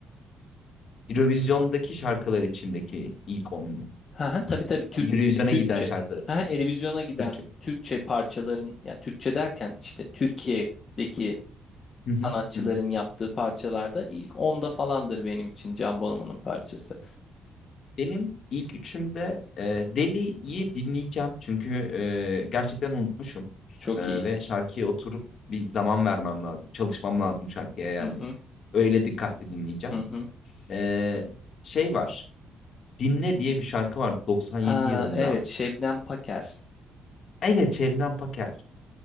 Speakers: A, on the left (about 60°); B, on the left (about 45°).
A: Eurovision'daki şarkılar içindeki ilk onlu.
B: Ha, ha, tabii tabii Türk
A: Yani Eurovision'a
B: Türkçe.
A: giden şarkılar içinde.
B: Ha, ha, Eurovision'a giden
A: Türkçe.
B: Türkçe parçaların ya Türkçe derken işte Türkiye'deki
A: Hı
B: sanatçıların
A: hı, hı hı.
B: yaptığı parçalarda ilk onda falandır benim için Can Bonomo'nun parçası.
A: Benim ilk üçümde e, Deli'yi dinleyeceğim. Çünkü e, gerçekten unutmuşum.
B: Çok
A: E,
B: iyi.
A: ve şarkıya oturup bir zaman vermem lazım. Çalışmam lazım şarkıya yani.
B: Hı hı
A: Öyle dikkatli dinleyeceğim.
B: hı hı.
A: Ee, şey var. Dinle diye bir şarkı var 97
B: Aa,
A: yılında.
B: evet Şebnem Paker.
A: Evet Şebnem Paker.